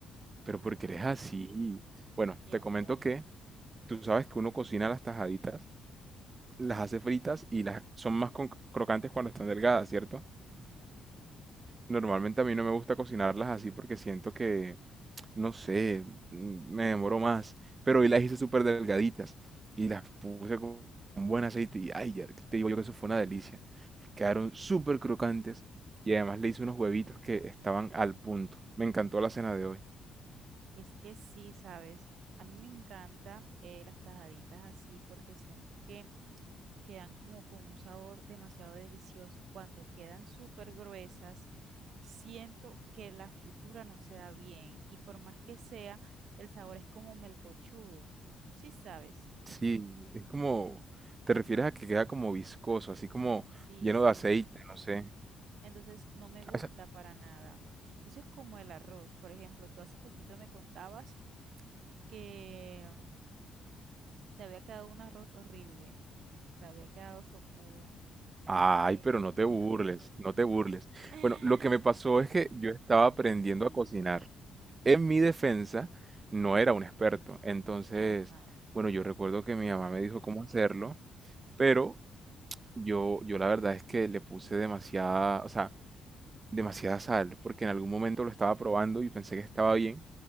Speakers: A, on the right; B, on the right.
A: Pero
B: Ajá.
A: porque eres así. Bueno,
B: Y
A: te
B: entonces,
A: comento que tú sabes que uno cocina las tajaditas, las hace fritas y las son más con- crocantes cuando están delgadas, ¿cierto?
B: Ujú.
A: Normalmente a mí no me gusta cocinarlas así porque siento que no sé, mm, me demoró más, pero hoy las hice súper delgaditas y las puse con con buen aceite y ay, ya te digo yo que eso fue una delicia. Quedaron súper crocantes y además le hice unos huevitos que estaban al punto. Me encantó la cena de hoy.
B: Es que sí, ¿sabes? A mí me encanta eh, las tajaditas así porque siento que quedan como con un sabor demasiado delicioso. Cuando quedan súper gruesas, siento que la fritura no se da bien y por más que sea, el sabor es como melcochudo. Sí, sabes.
A: Sí, es como, te refieres a que queda como viscoso, así como
B: Sí,
A: lleno
B: sí.
A: de aceite, no sé.
B: Entonces no me gusta
A: O sea,
B: para nada. Eso es como el arroz. Por ejemplo, tú hace poquito me contabas que mm, te había quedado un arroz horrible. Te había quedado sopudo.
A: Ay,
B: Eh,
A: pero no te
B: no.
A: burles, no te burles.
B: <laughs>
A: Bueno, lo que me pasó es que yo estaba aprendiendo a cocinar. En mi defensa, no era un experto. Entonces,
B: Ajá.
A: bueno, yo recuerdo que mi mamá me dijo cómo hacerlo, pero yo, yo la verdad es que le puse demasiada, o sea, demasiada sal, porque en algún momento lo estaba probando y pensé que estaba bien,